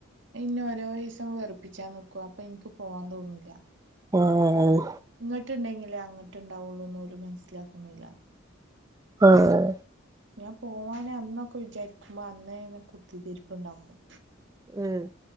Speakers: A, on the right (about 65°); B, on the right (about 15°).
A: അത് ഇന്നേ ഓരോ ദിവസം വെറുപ്പിച്ചാ നിക്കും അപ്പൊ ഇൻക്ക് പോവാൻ തോന്നൂല്ല
B: ആഹ്
A: ഇങ്ങട്ട്ണ്ടെങ്കിലേ അങ്ങട്ട് ഇണ്ടാവൊള്ളൂന്ന് ഓല് മനസ്സിലാക്കുന്നില്ല
B: ആഹ്
A: ഞാൻ പോവാനെ അന്നൊക്കെ വിചാരിക്കുമ്പോ അന്നേനെ കുത്തിതിരിപ്പ് ഇണ്ടാക്കും
B: ഏഹ്